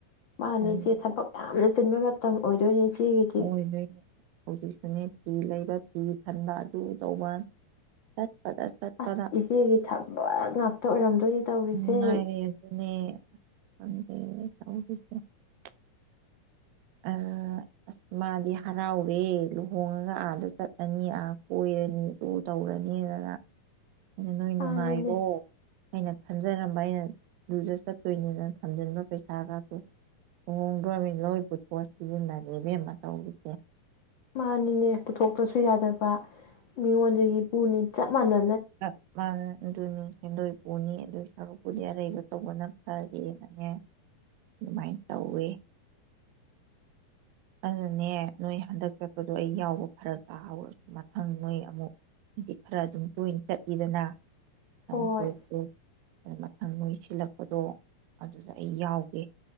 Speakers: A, on the left (about 85°); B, on the right (about 80°).
A: ꯃꯅꯤ
B: ꯑꯗꯨꯅ
A: ꯏꯆꯦ ꯊꯕꯛ ꯌꯥꯝꯅ ꯆꯤꯟꯕ ꯃꯇꯝ ꯑꯣꯏꯗꯣꯏꯅꯦ ꯏꯆꯦꯒꯤꯗꯤ
B: ꯑꯣꯏꯗꯨꯏꯅꯤ <unintelligible> ꯐꯤ ꯂꯩꯕ ꯐꯤ ꯈꯟꯕ ꯑꯗꯨ ꯇꯧꯕ ꯆꯠꯄꯗ ꯆꯠꯄꯗ
A: ꯑꯁ ꯏꯆꯦꯒꯤ ꯊꯕꯛ ꯉꯥꯛꯇ ꯑꯣꯏꯔꯝꯗꯣꯏꯅꯦ ꯇꯧꯔꯤꯁꯦ
B: ꯉꯥꯏꯔꯦ <unintelligible> ꯑ꯭ꯔ-ꯔ ꯃꯥꯗꯤ ꯍꯔꯥꯎꯋꯦ ꯂꯨꯍꯣꯡꯉꯥꯒ ꯑꯗꯥ ꯆꯠꯂꯥꯅꯤ ꯑꯥ-ꯀꯣꯏꯔꯅꯤ ꯑꯗꯨ ꯇꯧꯔꯅꯤꯅ ꯅꯣꯏ
A: ꯃꯥꯅꯤꯅꯦ
B: ꯅꯨꯡꯉꯥꯏꯔꯣ ꯑꯩꯅ ꯍꯟꯖꯔꯝꯕ ꯑꯩꯅ ꯗꯨꯗ ꯆꯠꯇꯣꯏꯅꯤꯅ ꯊꯝꯖꯤꯟꯕ ꯄꯩꯁꯥꯒꯥꯁꯦ ꯂꯣꯏꯗꯨꯏꯔꯝꯃꯦ ꯂꯣꯏ ꯄꯣꯁ ꯁꯤꯖꯤꯟꯅꯔꯦ ꯏꯕꯦꯝꯃ ꯇꯧꯔꯤꯁꯦ
A: ꯃꯥꯅꯤꯅꯦ ꯄꯨꯊꯣꯛꯇ꯭ꯔꯥꯁꯨ ꯌꯥꯗ ꯄ ꯃꯤꯉꯣꯟꯗꯒꯤ ꯄꯨꯅꯤ ꯆꯞ ꯃꯟꯅ
B: ꯆꯠ ꯄꯥꯟꯅꯩ ꯑꯗꯨꯅꯤ ꯁꯦꯟꯗꯣꯏ ꯄꯨꯅꯤ ꯑꯗꯨ ꯁꯔꯨꯛꯄꯨꯗꯤ ꯑꯔꯩꯕ ꯇꯧꯕꯅ ꯐꯥꯔꯦꯅꯅꯦ ꯑꯗꯨꯃꯥꯏ ꯇꯧꯋꯦ꯫ ꯑꯗꯨꯅꯅꯦ ꯅꯣꯏ ꯍꯟꯗꯛ ꯆꯠꯄꯗꯣ ꯑꯩꯪꯥ ꯌꯥꯎꯕ ꯐꯔꯛ ꯇꯥꯍꯧꯔꯦ ꯃꯊꯪ ꯅꯣꯏ ꯑꯃꯨꯛ ꯕꯤꯠ ꯈꯔ ꯑꯗꯨꯝ ꯇꯣꯢꯅ ꯆꯠꯂꯤꯗꯅ ꯂꯝ
A: ꯍꯣꯏ
B: ꯀꫭꯏꯕꯗꫭ ꯃꯊꯪ ꯅꯣꯏ ꯁꯤꯟꯂꯛꯄꯗꯣ ꯑꯗꯨꯗ ꯑꯩ ꯌꯥꯎꯒꯦ